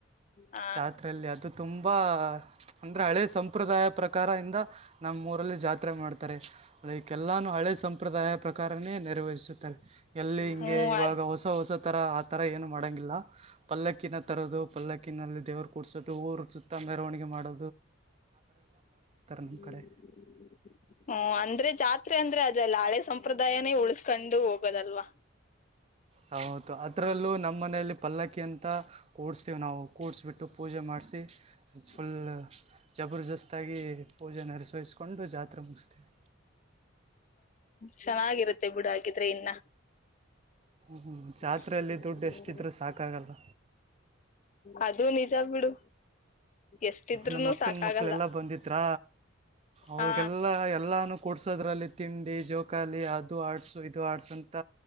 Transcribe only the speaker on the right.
ಜಾತ್ರೆಯಲ್ಲಿ ಅದು ತುಂಬ ತುಂಬ ಅಂದರೆ ಹಳೇ ಸಂಪ್ರದಾಯ ಪ್ರಕಾರ ಇಿಂದ ನಮ್ಮೂಊರಲ್ಲಿ ಜಾತ್ರೆ ಮಾಡ್ತಾರೆ ಲೈಕ್ ಎಲ್ಲಾನೂ ಹಳೆ ಸಂಪ್ರದಾಯ ಪ್ರಕಾರವೇ ನೆರವೇರಿಸುತ್ತಾರೆ ಎಲ್ಲಿ ಹಿಂಗೆ
ಇವಾಗ
ಹೊಸ ಹೊಸ ಥರ ಆ ಥರ ಏನುೂ ಮಾಡೋಂಗಿಲ್ಲ ಪಲ್ಲಕ್ಕಿನ ತರೋದು ಪಲ್ಲಕ್ಕಿನಲ್ಲಿ ದೇವರು ಕುೂಡಸೋದು ಊರು ಸುತ್ತ ಮೆರವಣಿಗೆ ಮಾಡದು ನಮ್ಮ
ಕಡೆ
ಹೌದು ಅದರಲ್ಲೂ ನಮ್ಮ ಮನೆಯಲ್ಲಿ ಪಲ್ಲಕ್ಕಿ ಅಂತ ಕೂಡಿಸ್ತೀವಿ ನಾವು ಕೂಡ್ಿಸ್ಬಿಟ್ಟು ಪೂಜೆ ಮಾಡಿಸಿ ಫುಲ್
ಜಬರ್ದಸ್ತಾಗಿ ಪೂಜೆ ನೆರವೇರಿಸ್ಕೊಂಡು ಜಾತ್ರೆ ಮುಗಿಸ್ತೀವಿ
ಹ್ಮ್.
ಜಾತ್ರೆಯಲ್ಲಿ ದುಡ್ಡು ಎಷ್ಟಿದ್ರೂ ಸಾಕಾಗಲ್ಲ
ನಮ್ಮ ಮಕ್ಕನ
ಮಕ್ಕಳೆಲ್ಲ ಬಂದಿದ್ರ ಅವ್ರಿಗೆಲ್ಲ
ಎಲ್ಲೂ ಕೊಡ್ಸೋದ್ರಲ್ಲಿ ತಿಂಡಿ ಜೋಕಾಲಿ ಅದು ಆಡ್ಸು ಇದು ಆಡ್ಸು ಅಂತ